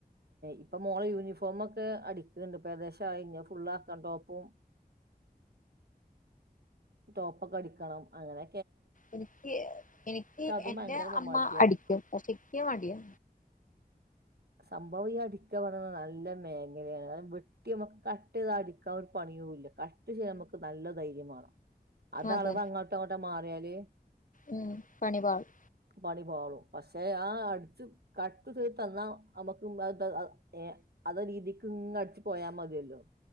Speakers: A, on the right (about 80°); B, on the left (about 55°).
A: ഇപ്പൊ ഇ മോളെ യൂണിഫോമൊ ക്കെ അടിക്കണ്ട് പ്പൊഏകദേശായി ഞാ ഫുള്ളാക്കാൻ ടോപ്പും ടോപ്പൊക്കെ അടിക്കണം അങ്ങനെ
B: എനിക്ക് എനിക്ക്
A: അതും
B: എന്റെ
A: ഭയങ്കര
B: അമ്മ
A: മടിയാണ്
B: അടിക്കും പക്ഷെ എനിക്ക് മടിയാ
A: സംഭവം ഈ അടിക്കാ പറയന്നാ നല്ല മേഖലയാണ് അത് വെട്ടി അമ്മുക്ക് കട്ട് ചെയ്ത അടിക്കാൻ ഒരു പണിയു ഇല്ല കട്ട് ചെയ്യാൻ നമുക്ക് നല്ല ധൈര്യം വേണം അത്
B: അതന്നെ
A: അളവ് അങ്ങോട്ടോ എങ്ങോട്ടോ മറിയാല്
B: ഉം പണിപാളും
A: പണി പാളും അസ് ആ അടിച്ച് കട്ട് ചെയ്ത് തന്നാ നമുക്കും <unintelligible> ഏ അത രീതിക് നിന്ന് അടിച്ച് പോയാ മതിയല്ലോ